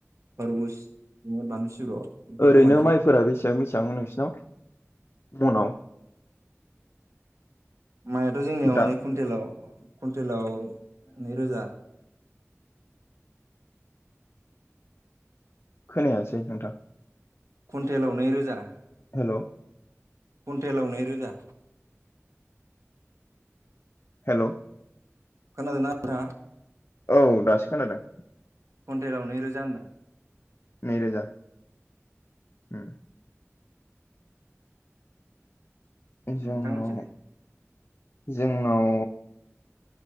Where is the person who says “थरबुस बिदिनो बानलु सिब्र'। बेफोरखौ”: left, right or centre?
Right